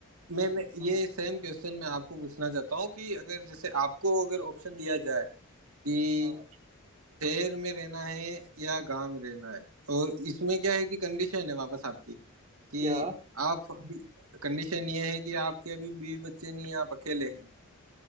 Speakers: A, on the right; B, on the right.
A: मैं मैं
B: हाँ
A: ये सेम क्वेश्चन मैं आपको पूछना चाहता हूँ कि अगर जैसे आपको अगर ऑप्शन दिया जाए कि
B: हाँ
A: शहर में रहना है या गांव में रहना है और इसमें क्या है कि कंडीशन है वापस आपकी कि
B: क्या
A: आप कंडीशन ये है कि आपके अभी बीवी बच्चे नहीं है आप अकेले हैं